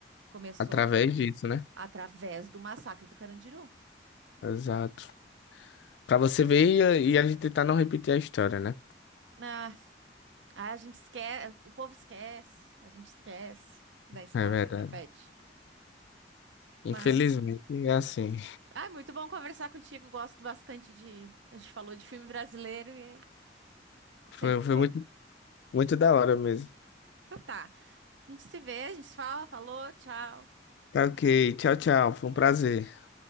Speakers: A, on the right; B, on the left.
A: começou
B: Através disso, né?
A: através do massacre do Carandiru.
B: Exato. Pra você ver e, a e a gente tentar não repetir a história, né?
A: Ah, Ah, a gente esquece, o povo esquece, a gente esquece da história
B: É verdade.
A: e repete.
B: Infelizmente,
A: Mas,
B: é assim.
A: ah, muito bom conversar contigo, gosto bastante de, a gente falou de filme brasileiro e é
B: Foi,
A: sempre
B: foi
A: bom.
B: muito, muito da hora mesmo.
A: Então tá, a gente se vê, a gente se fala, falou, tchau.
B: Tá ok. Tchau, tchau. Foi um prazer.